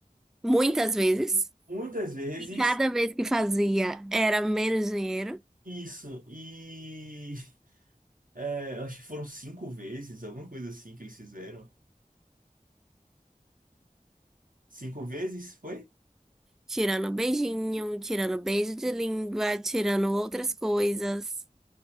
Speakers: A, in the centre; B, on the right.
A: Muitas vezes.
B: muitas vezes.
A: E cada vez que fazia era menos dinheiro,
B: Isso, e <laughs> É, eu acho que foram cinco vezes, alguma coisa assim que eles fizeram. Cinco vezes, foi?
A: tirando beijinho, tirando beijo de língua, tirando outras coisas.